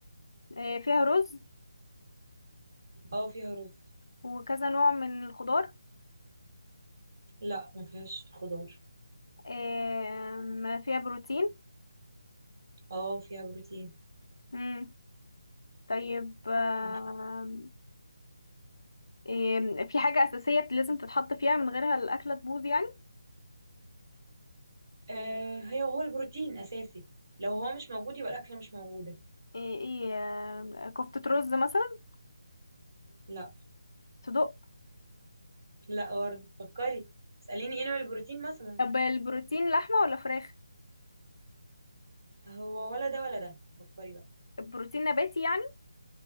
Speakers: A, on the left; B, on the right.
A: آه، فيها رز
B: اه فيها رز
A: وكذا نوع من الخضار
B: لا ما فيهاش خضار
A: آم، فيها بروتين
B: اه فيها بروتين
A: مم. طيب آم،
B: مم.
A: آم، في حاجة أساسية لازم تتحط فيها من غيرها الأكلة تبوظ يعني
B: آه هي هو البروتين أساسي لو هو مش موجود يبقى الأكلة مش موجودة
A: ايه إيه، آم، كفتة رز مثلا
B: لا
A: صدق
B: لا برضه فكري اسأليني ايه نوع البروتين مثلا
A: طب البروتين لحمة ولا فراخ
B: هو ولا ده ولا ده فكري بقى
A: البروتين نباتي يعني